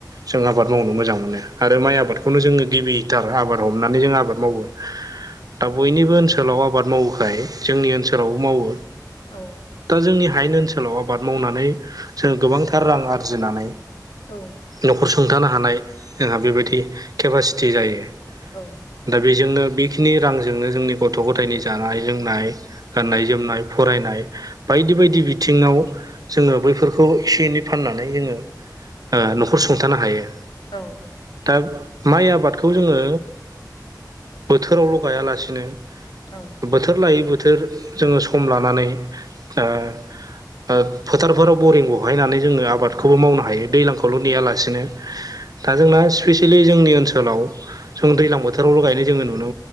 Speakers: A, on the right (about 55°); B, on the left (about 80°).
A: जों आबाद मावनो मोजां मोनो आरो माइ आबादखौनो जोङो गिबि लिटार आबाद हमनानै जों आबाद मावो दा बयनिबो ओनसोलाव आबाद मावोखाय जोंनि ओनसोलावबो मावो।
B: औ।
A: दा जोंनि हायेन ओनसोलाव आबाद मावनानै जों गोबांथार रां आरजिनानै।
B: औ
A: न'खर सुंथानो हानाय जोंहा बेबायदि केपासिटि जायो।
B: औ।
A: दा बेजोंनो बेखिनि रांजोंनो जोंनि गथ' गथायनि जानाय लोंनाय गाननाय जोमनाय फरायनाय बायदि बायदि बिथिङाव जोङो बैफोरखौ एसे एनै फाननानै जोङो न'खर सुंथानो हायो।
B: औ औ
A: दा माइ आबादखौ जोङो बोथोरावल' गायालासिनोबो
B: औ।
A: बोथोर लायै बोथोर जोङो सम लानानै ओ ओ फोथारफोराव बरिं बहायनानै जोङो आबादखौबो मावनो हायो दैज्लांखौल' नेयालासेनो दा जोंना स्पेसियेलि जोंनि ओनसोलाव जों दैज्लां बोथोरावल' गायनाय जोङो नु